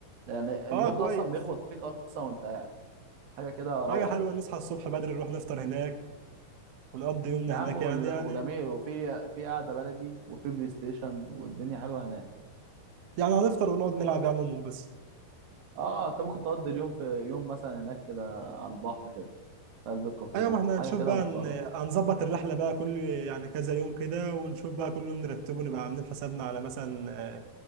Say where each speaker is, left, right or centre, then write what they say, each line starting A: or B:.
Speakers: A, on the right (about 65°); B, on the right (about 85°).
A: يعني
B: اه
A: الموج
B: كويس
A: أصلا بيخبط فيك أصلا وأنت قاعد حاجة كده روعة
B: حاجة حلوة نصحى الصبح بدري نروح نفطر هناك ونقضي يومنا
A: يا عم
B: هناك
A: وال-
B: يعني يعني
A: وجميل وفي في قعده بلدي وفي بلاي ستيشن والدنيا حلوه هناك
B: يعني هنفطر ونقعد نلعب يا عم وننبسط
A: اه انت ممكن تقضي اليوم في يوم مثلا هناك كده على البحر كده في قلب الكافيه
B: ايوه
A: ده
B: ما احنا
A: حاجه
B: هنشوف
A: كده
B: بقى
A: محترمه
B: هن- هنظبط الرحله بقى كل يعني كذا يوم كده ونشوف بقى كل يوم نرتبه نبقى عاملين حسابنا على مثلا آه،